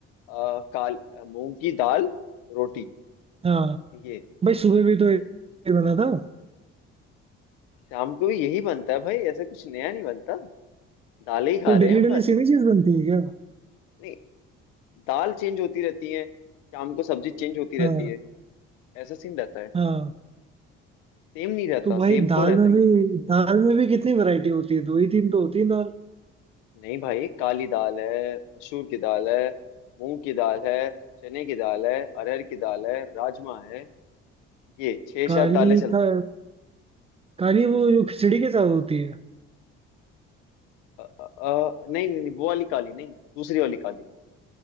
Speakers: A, on the left (about 80°); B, on the right (about 20°).
A: अ, काल अ, मूंग की दाल रोटी
B: हाँ
A: ये
B: भाई सुबह भी तो एक
A: ये
B: बना था
A: शाम को भी यही बनता है भाई ऐसा कुछ नया नहीं बनता दालें ही खा
B: तो
A: रहे
B: डेली
A: हैं हम
B: डेली
A: बस
B: सेम ही चीज बनती है क्या
A: नहीं दाल चेंज होती रहती है शाम को सब्जी चेंज होती
B: हाँ
A: रहती है ऐसा सीन रहता है
B: हाँ
A: सेम नहीं रहता
B: तो भाई
A: सेम
B: दाल
A: तो रहता
B: में
A: ही
B: भी
A: नहीं है
B: दाल में भी कितनी वैरायटी होती है दो ही तीन तो होती है दाल
A: नहीं भाई काली दाल है मसूर की दाल है मूंग की दाल है चने की दाल है अरहर की दाल है राजमा है ये छह
B: काली
A: सात दालें चलती
B: का
A: हैं
B: काली वो जो खिचड़ी के साथ होती है
A: अ, अ, अ, नहीं नहीं नहीं, वो वाली काली नहीं दूसरी वाली काली